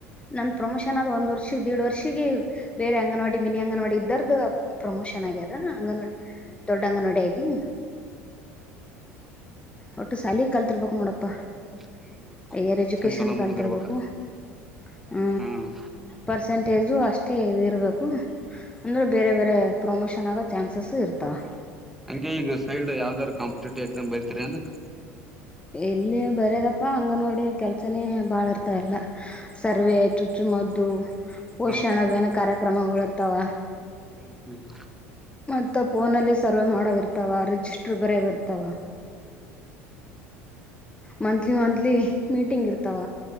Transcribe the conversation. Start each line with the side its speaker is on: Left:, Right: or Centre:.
Left: ನ ಪ್ರಮೋಷನ್ ಆದ ಒಂದ್ ವರ್ಷ ದಡ್ ವರ್ಷಗ ಬೇರೆ ಅಂಗನವಾಡಿ ಮಿನಿ ಅಂಗನವಾಡಿ ಇದ್ದಾರ ಪ್ರಮೋಷನ್ ಆಗ್ಯದ ಅಂಗನವಾ ದೊಡ್ ಅಂಗನವಾಡಿ ಆಾಗಿ ಹ ಒಟ್ಟುಲ ಕಲ್ತಿರ್ಬೇಕಕ್ ನೋಡಪ್ಪ
Centre: ಹ್ಮ್
Left: ಹಯರ್ ಎಜುಕೇಷನ್
Centre: ಚಲೋ
Left: ಕಲ್ತಿರ್ಬೇಕು
Centre: ಮುಗ್ದಿರ್ಬೇಕ
Left: ಹ
Centre: ಹ್ಮ್
Left: ಪರ್ಸೆಂಟ್ ಸ್ಟೇಜು ಅಷ್ಟೇ ಇ ಇರ್ಬೇಕು ಅಂದ್ರೆ ಬೇರೆ ಬೇರೆ ಪ್ರಮೋಷನ್ ಆಗೋ ಚಾನ್ಸಸ್ ಇರ್ತಾವ
Centre: ಹಂಗಗೆ ಈಗ ಸೈಡ್ ಯಾವ್ದಾರ ಕಾಂಪಿಟೇಟಿವ್ ಎಕ್ಸಾಮ್ ಬರ್ತರಿ ಅನಕ್
Left: ಎಲ್ಲಿ ಬರ್ಯದಪ್ಪಾ ಅಂಗನವಾಡಿಯ ಕೆಲ್ಸನೇ ಬಾಳ ಇರ್ತಾರಲ್ಲ ಸರ್ವೆ ಚುಚ್ಚು ಮದ್ದು ಪೋಷಣ
Centre: ಹ್ಮ್
Left: ಬನ ಕರೆಕ್ ಕ್ರಮಗಳಿರ್ತಾವ
Centre: ಹ್ಮ್ ಹ್ಮ್
Left: ಮತ್ತ ಫೋನಲ್ಲಿ ಸರ್ವೆ ಮಾಡೋವಿ ಇರ್ತಾವ ರಿಜಿಸ್ಟರ್ ಬರ್ ಇರ್ತಾವ ಮಂತ್ಲಿ ಮಂತ್ಲಿ ಮೀಟಿಂಗ್ ಇರ್ತಾವ